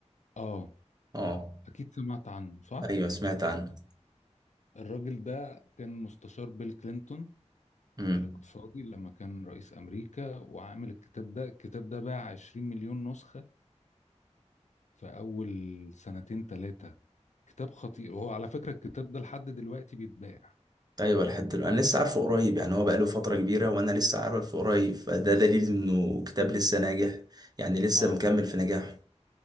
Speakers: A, on the left (about 80°); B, on the right (about 35°).
A: اه
B: اه
A: اكيد سمعت عنه صح
B: ايوه سمعت عنه
A: الراجل ده كان مستشار بيل كلينتون
B: مم.
A: الاقتصادي لما كان رئيس امريكا وعامل الكتاب ده الكتاب ده باع 20 مليون نسخه في اول سنتين ثلاثه كتاب خطير وهو على فكره الكتاب ده لحد دلوقتي بيتباع
B: ايوه لحد دلوقتي انا لسه عارفه قريب يعني هو بقاله فتره كبيره وانا لسه عارفه قريب فده دليل انه كتاب لسه ناجح يعني لسه
A: اه
B: مكمل في نجاحه